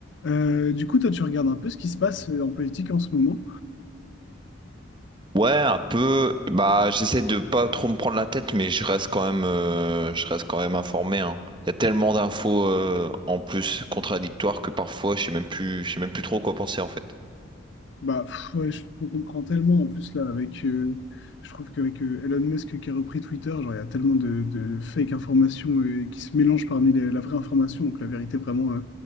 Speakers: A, on the left; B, on the right.
A: Euh, du coup, toi, tu regardes un peu ce qui se passe euh, en politique en ce moment.
B: Ouais, un peu. Bah, j'essaie de pas trop me prendre la tête, mais je reste quand même, euh, je reste quand même informé, hein. Il y a tellement d'infos euh, en plus contradictoires que parfois je sais même plus, je sais même plus trop quoi penser en fait.
A: Bah, pff, ouais, je te comprends tellement. En plus, là, avec, euh, je trouve qu'avec euh, Elon Musk qui a repris Twitter, genre, il y a tellement de, de fake informations euh, qui se mélangent parmi les- la vraie information. Donc, la vérité, vraiment, euh,